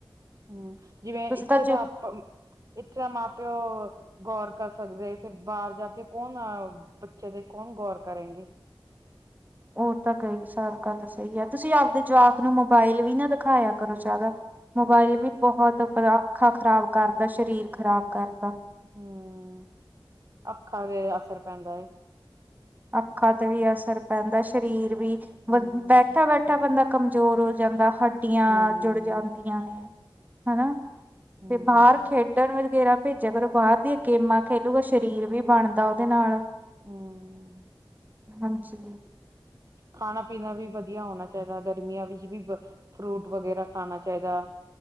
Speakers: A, on the right (about 40°); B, on the right (about 20°).
A: ਹਮ ਜਿਵੇਂ
B: ਤੁਸੀਂ
A: ਇੱਥੇ
B: ਜਿਮ
A: ਤਾਂ ਆਪ ਇੱਥੇ ਦਾ ਮਾਂ ਪਿਓ ਗੌਰ ਕਰ ਸਕਦੇ ਫਿਰ ਬਾਹਰ ਜਾ ਕੇ ਕੌਣ ਅ ਬੱਚੇ ਦੇ ਕੌਣ ਗੌਰ ਕਰੇਗੇ।
B: ਹੋਰ ਤਾਂ ਗਈ ਸਾਰ ਗੱਲ ਸਹੀ ਹੈ ਤੁਸੀਂ ਆਪਦੇ ਜਵਾਕ ਨੂੰ ਮੋਬਾਇਲ ਵੀ ਨਾ ਦਿਖਾਇਆ ਕਰੋ ਜ਼ਿਆਦਾ। ਮੋਬਾਇਲ ਵੀ ਬਹੁਤ ਅਖਾਂ ਖ਼ਰਾਬ ਕਰਦਾ ਸਰੀਰ ਖ਼ਰਾਬ ਕਰਦਾ।
A: ਹੂੰ, ਅੱਖਾਂ ਦੇ ਅਸਰ ਪੈਂਦਾ ਏ।
B: ਅੱਖਾਂ ਤੇ ਵੀ ਅਸਰ ਪੈਂਦਾ, ਸ਼ਰੀਰ ਵੀ,
A: ਹੂੰ।
B: ਬ ਬੈਠਾ-ਬੈਠਾ ਬੰਦਾ ਕਮਜੋਰ ਹੋ ਜਾਂਦਾ, ਹੱਡੀਆਂ
A: ਹੂੰ,
B: ਜੂੜ ਜਾਂਦੀਆਂ ਨੇ, ਹਨਾ।
A: ਹੂੰ,
B: ਤੇ ਬਾਹਰ ਖੇਡਣ ਵਗੈਰਾ ਭੇਜੇਆ ਕਰੋ ਬਾਹਰ ਦੀਆਂ ਗੇਮਾਂ ਖੇਲੂਗਾ ਸ਼ਰੀਰ ਵੀ ਬਾਣਦਾ ਓਦੇ ਨਾਲ਼।
A: ਹੂੰ।
B: ਹਾਂਜੀ।
A: ਖਾਨਾ-ਪੀਨਾ ਵੀ, ਵਦੀਆ ਹੋਨਾ ਚਾਈਦਾ ਗਰਮੀਆਂ ਵਿੱਚ ਵੀ ਬ ਫ੍ਰੂਟ ਵਗੈਰਾ ਖਾਨਾ ਚਾਈਦਾ,